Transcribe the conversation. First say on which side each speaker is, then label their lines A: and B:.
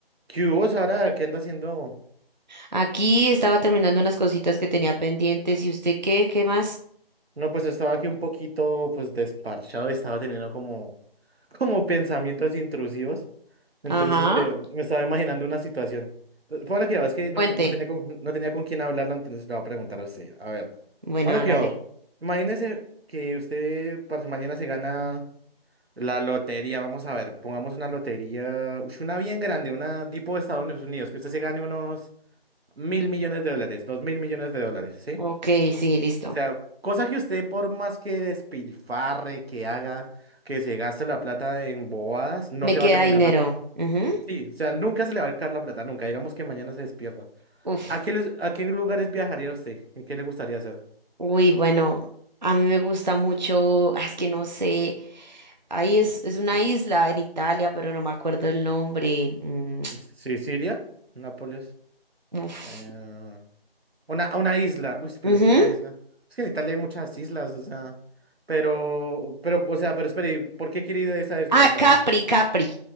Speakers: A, on the right; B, on the right.
A: ¿Qué hubo, Sara? ¿Qué anda haciendo?
B: Aquí estaba terminando unas cositas que tenía pendientes. ¿Y usted qué? ¿Qué más?
A: No, pues estaba aquí un poquito, pues, desparchado y estaba teniendo como, como pensamientos intrusivos. Entonces
B: Ajá.
A: me, me estaba imaginando una situación. P- Póngale cuidado, es que no,
B: Cuente.
A: no- no tenía con, no tenía con quién hablarla, entonces le voy a preguntar a usted. A ver,
B: Bueno,
A: póngale
B: hágale.
A: cuidado. Imagínese que usted parce, mañana se gana la lotería. Vamos a ver, pongamos una lotería, ush, una bien grande, una tipo de Estados Unidos, que usted se gane unos mil millones de dólares, dos mil millones de dólares, ¿sí?
B: Ok, sí, listo.
A: O sea, cosa que usted por más que despilfarre, que haga, que se gaste la plata en bobadas, no
B: Me
A: se
B: queda
A: va a terminar
B: dinero.
A: la... pl-
B: Ujú.
A: Sí, o sea, nunca se le va a acabar la plata, nunca. Digamos que mañana se despierta.
B: Uf.
A: ¿A qué, les- a qué lugares viajaría usted? ¿Y qué le gustaría hacer?
B: Uy, bueno, a mí me gusta mucho. ah, Es que no sé. Ahí es, es una isla en Italia, pero no me acuerdo el nombre. Mm,
A: Sicilia, Nápoles,
B: uf.
A: eh, una, una isla. Uy, pero
B: Ujú.
A: es que una isla. Es que en Italia hay muchas islas, o sea, pero, pero, o sea, pero espere, ¿y ¿por qué quiere ir a esa isla?
B: Ah,
A: O sea,
B: Capri, Capri.